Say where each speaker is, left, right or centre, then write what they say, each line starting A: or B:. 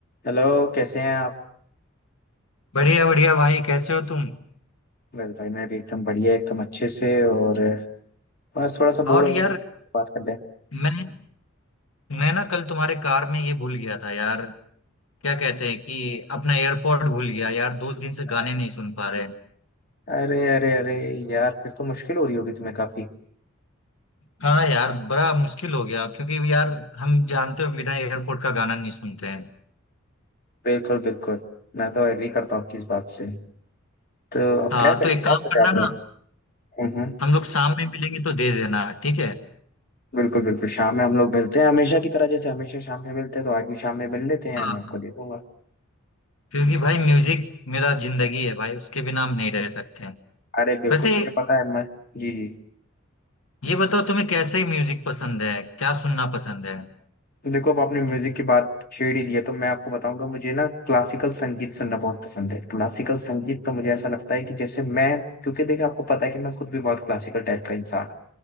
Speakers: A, on the left; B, on the left.
A: Hello कैसे हैं आप
B: बढ़िया बढ़िया भाई कैसे हो तुम
A: बस भाई मैं भी एकदम बढ़िया एकदम अच्छे से और बस थोड़ा सा बोर
B: और
A: हो रहा हूँ
B: यार
A: सोचा आपसे बात कर लें
B: मैं मैं ना कल तुम्हारे कार में ये भूल गया था यार क्या कहते हैं कि अपना एयरपोर्ट भूल गया यार दो दिन से गाने
A: अरे
B: नहीं सुन पा रहे हैं
A: अरे अरे अरे यार फिर तो मुश्किल हो रही होगी तुम्हें काफी
B: हाँ यार बड़ा मुश्किल हो गया क्योंकि यार हम जानते हो बिना एयरपोर्ट का गाना नहीं सुनते हैं
A: बिल्कुल बिल्कुल मैं तो एग्री करता हूँ आपकी इस बात से तो अब
B: हाँ
A: क्या करें
B: तो एक
A: क्या
B: काम
A: सोचा
B: करना
A: आपने
B: ना
A: हम्म हम्म,
B: हम लोग शाम में मिलेंगे तो दे देना ठीक है
A: बिल्कुल बिल्कुल शाम में हम लोग मिलते हैं हमेशा की तरह जैसे हमेशा शाम में मिलते हैं तो आज भी शाम में मिल लेते हैं
B: हाँ
A: मैं आपको
B: हाँ।
A: दे दूंगा
B: क्योंकि भाई म्यूजिक मेरा जिंदगी है भाई उसके बिना हम नहीं रह सकते हैं
A: अरे बिल्कुल
B: वैसे
A: मुझे पता है मैं जी जी
B: ये बताओ तुम्हें कैसे म्यूजिक पसंद है क्या सुनना पसंद है
A: देखो अब आपने म्यूजिक की बात छेड़ ही दिया तो मैं आपको बताऊंगा मुझे ना क्लासिकल संगीत सुनना बहुत पसंद है क्लासिकल संगीत तो मुझे ऐसा लगता है कि जैसे मैं क्योंकि देखिए आपको पता है कि मैं खुद भी बहुत क्लासिकल टाइप का इंसान हूँ